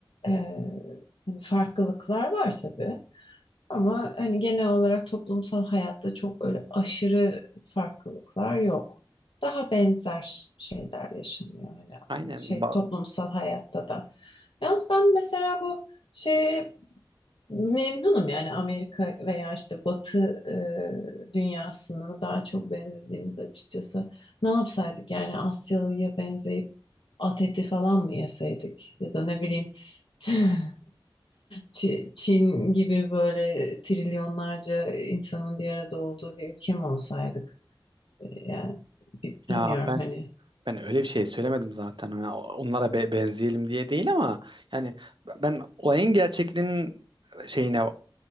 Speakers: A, on the left; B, on the right.
A: e, hani farklılıklar var tabii. Ama hani genel olarak toplumsal hayatta çok öyle aşırı farklılıklar yok. Daha benzer şeyler yaşanıyor hani
B: Aynen.
A: şey
B: Ba-
A: toplumsal hayatta da. Yalnız ben mesela bu şey Memnunum yani Amerika veya işte Batı e, dünyasına daha çok benzediğimiz açıkçası. Ne yapsaydık yani Asyalı'ya benzeyip at eti falan mı yeseydik ya da ne bileyim <laughs> Çi- Çin gibi böyle trilyonlarca insanın bir arada olduğu bir ülke mi olsaydık? Ee, Yani bi-
B: Ya
A: bilmiyorum
B: ben
A: hani.
B: Ben öyle bir şey söylemedim zaten. Hani onlara be- benzeyelim diye değil ama yani ben olayın gerçekliğinin şeyine